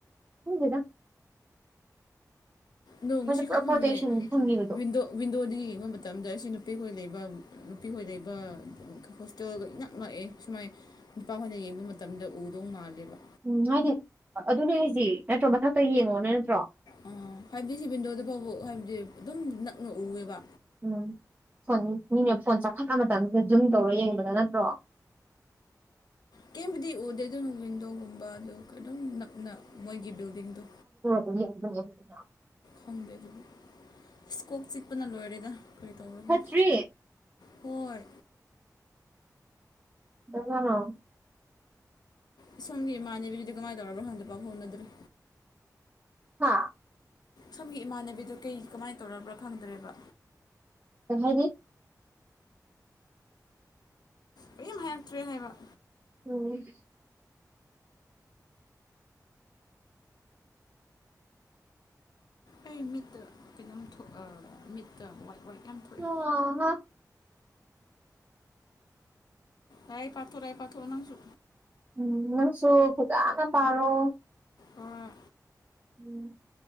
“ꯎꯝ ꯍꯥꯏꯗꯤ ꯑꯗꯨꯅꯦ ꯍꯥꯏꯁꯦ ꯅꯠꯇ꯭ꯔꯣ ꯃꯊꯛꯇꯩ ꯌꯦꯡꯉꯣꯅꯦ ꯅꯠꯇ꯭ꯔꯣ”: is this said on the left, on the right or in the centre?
Right